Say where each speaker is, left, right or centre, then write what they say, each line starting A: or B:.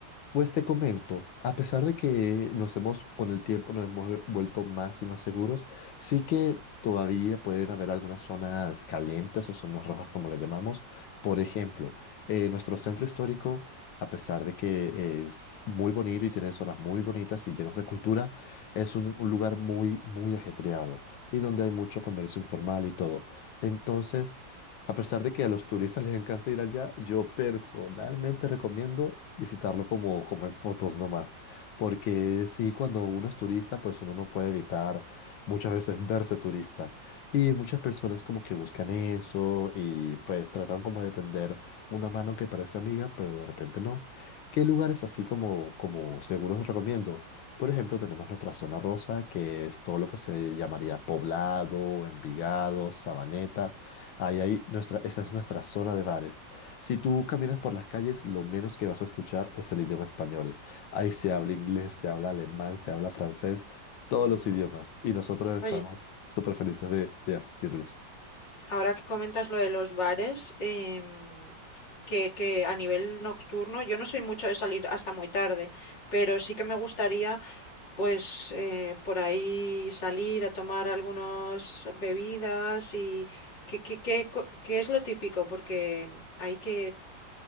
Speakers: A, on the left; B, on the left.
A: Pues te comento, a pesar de que nos hemos, con el tiempo nos hemos eh, vuelto más y más seguros, sí que todavía pueden haber algunas zonas calientes o zonas rojas como lo llamamos. Por ejemplo, eh, nuestro centro histórico, a pesar de que es muy bonito y tiene zonas muy bonitas y llenos de cultura, es un, un lugar muy, muy ajetreado y donde hay mucho comercio informal y todo. Entonces, a pesar de que a los turistas les encanta ir allá, yo personalmente recomiendo visitarlo como, como en fotos nomás, porque sí, cuando uno es turista, pues uno no puede evitar muchas veces verse turista. Y muchas personas como que buscan eso y pues tratan como de tender una mano que parece amiga, pero de repente no. ¿Qué lugares así como, como seguros recomiendo? Por ejemplo, tenemos nuestra zona rosa, que es todo lo que se llamaría Poblado, Envigado, Sabaneta. Ahí hay nuestra, esa es nuestra zona de bares. Si tú caminas por las calles, lo menos que vas a escuchar es el idioma español. Ahí se habla inglés, se habla alemán, se habla francés, todos
B: Mm.
A: los idiomas. Y nosotros estamos
B: Oye,
A: súper felices de, de asistirlos.
B: Ahora que comentas lo de los bares, em, que, que a nivel nocturno, yo no soy mucho de salir hasta muy tarde, pero sí que me gustaría, pues, eh, por ahí salir a tomar algunas bebidas y ¿qué, qué- qué co- qué es lo típico? Porque hay que,